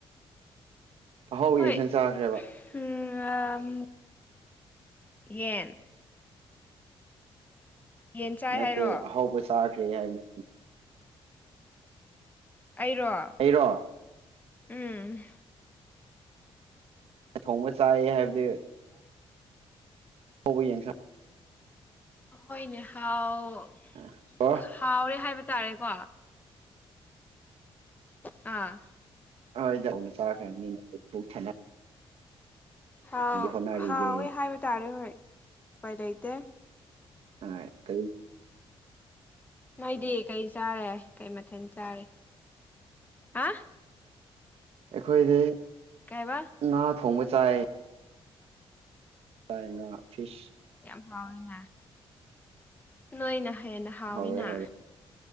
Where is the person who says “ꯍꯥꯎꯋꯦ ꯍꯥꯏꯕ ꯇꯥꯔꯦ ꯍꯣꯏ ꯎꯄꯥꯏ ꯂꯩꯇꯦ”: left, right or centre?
Left